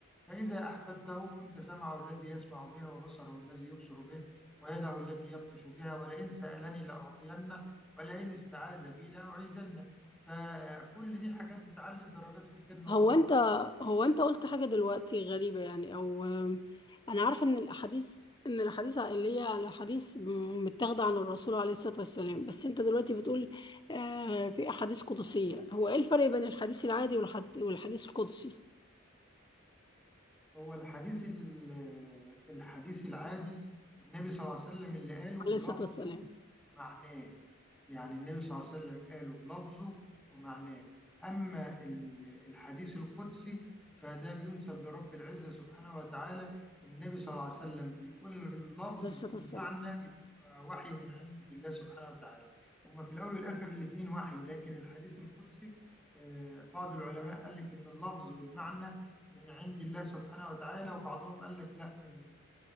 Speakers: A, in the centre; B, on the left.
A: فإذا أحببته كنت سمعه الذي يسمع به وبصره الذي يبصر به ويده التي يبطش بها ولئن سألني لأعطينه ولئن استعاذ بي لأعيذنه فكل دي حاجات بتعلي الدرجات في الجنة
B: هو
A: طبعا
B: انت هو انت قلت حاجة دلوقتي غريبة يعني او آم، انا عارفة ان الاحاديث ان الاحاديث عائلية الاحاديث م- متاخدة عن الرسول عليه الصلاة والسلام بس انت دلوقتي بتقول آه، في احاديث قدسية هو ايه الفرق بين الحديث العادي والحد- والحديث القدسي
A: هو الحديث ال- الحديث العادي النبي صلى الله عليه وسلم اللي قاله
B: عليه
A: بلفظه
B: الصلاة والسلام
A: معناه يعني النبي صلى الله عليه وسلم قاله بلفظه ومعناه أما ال- الحديث القدسي فده بينسب لرب العزة سبحانه وتعالى النبي صلى الله عليه وسلم بيقول اللفظ
B: عليه الصلاة
A: والمعنى
B: والسلام
A: بيبقى وحي من عند الله سبحانه وتعالى هما في الأول والآخر الاتنين وحي لكن الحديث القدسي آه، بعض العلماء قال لك إن اللفظ والمعنى من عند الله سبحانه وتعالى وبعضهم قال لك لا إن